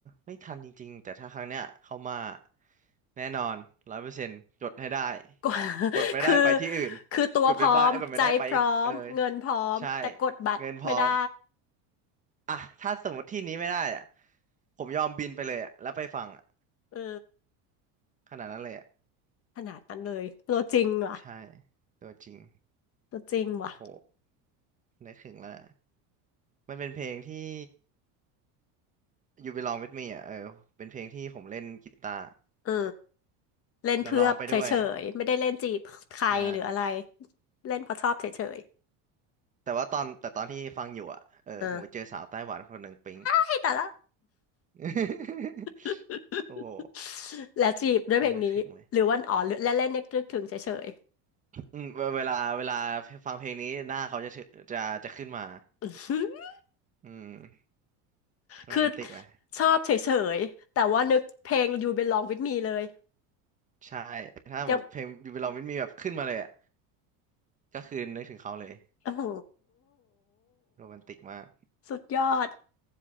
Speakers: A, on the right; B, on the left.
A: ไม่ทันจริงๆแต่ถ้าครั้งเนี้ยเข้ามาแน่นอนร้อยเปอร์เซ็นต์กดให้ได้
B: <laughs> กว่า <laughs>
A: กดไม่ได้ไปที่อื่น
B: คือคือตัวพร้อมใจพร้อมเงินพร้อมแต่กดบัตรไม่ได้
A: กดไปบ้าเอ้ยกดไม่ได้ไปเออใช่เงินพร้อมอ่ะถ้าสมมติที่นี้ไม่ได้อ่ะผมยอมบินไปเลยอ่ะแล้วไปฟังอ่ะ
B: เออ
A: ขนาดนั้นเลยอ่ะ
B: ขนาดนั้นเลยตัวจริงว่ะ
A: ใช่ตัวจริง
B: ตัวจริงว่ะ
A: โห นึกถึงแล้ว มันเป็นเพลงที่ You Belong With Me อ่ะ เออ เป็นเพลงที่ผมเล่นกีตาร์
B: เออเล่นเพื่อเฉยๆไม่ได้เล่นจีบใครหรืออะไร
A: แล้วร้องไปด้วย ใช่
B: เล่นเพราะชอบเฉย
A: แต่ว่าตอนแต่ตอนที่ฟังอยู่อ่ะ เออ
B: ๆเออ
A: ผมไปเจอสาวไต้หวันคนหนึ่งปิ๊ง
B: ให้แต่ละ
A: <laughs>
B: <laughs>
A: โอ้โห
B: แล้วจีบด้วยเพลงนี้หรือว่าอ๋อและเล่นนึกถึงเฉย
A: ยังนึกถึงเลยอืมเวเวลาเวลาฟังเพลงนี้หน้าเขาจะเชจะจะขึ้นมา
B: ๆ
A: อืม โรแมนติกไหม
B: คือชอบเฉยๆแต่ว่านึกเพลง You Belong With Me เลย
A: ใช่ ถ้าหมดเพลง
B: ยัง
A: You Belong With Me แบบขึ้นมาเลยอ่ะก็คือนึกถึงเขาเลย
B: โอ้โห
A: โรแมนติกมาก
B: สุดยอด